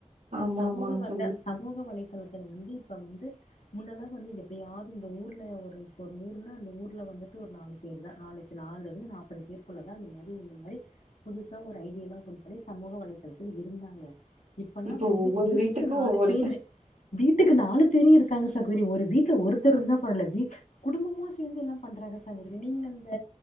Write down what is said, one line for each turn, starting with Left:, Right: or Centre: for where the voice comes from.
Right: ஆமா,
Left: சமூக
Right: ஆமாங்க
Left: வட்ட
Right: தோழி.
Left: சமூக வலைத்தளத்துல வந்து இப்ப வந்து முன்னல்லா வந்து எப்பையாது இந்த ஊர்ல ஒரு ஒரு ஊர்ல அந்த ஊர்ல வந்துட்டு ஒரு நால் பேர் தா நாளைக்கு நால்ல இருந்து நாற்பது பேருக்குள்ளதா இந்த மாரி இந்த மாரி புதுசா ஒரு ஐடி லா ஓபன் பண்ணி சமூக வலைதளத்துல இருந்தாங்க இப்பல்லா
Right: இப்போ
Left: வந்து
Right: ஒவ்வொரு
Left: வீட்டுக்கு
Right: வீட்டுக்கும்
Left: நாலு
Right: ஒவ்வொருத்தர்
Left: பேரு வீட்டுக்கு நாலு பேரியு இருக்காங்க சகோதிரி ஒரு வீட்ல ஒருத்தர் இருந்தா பர்ல வீ குடும்பமா சேர்ந்து எல்லா பண்றாங்க தோழி இது நீங்க இந்த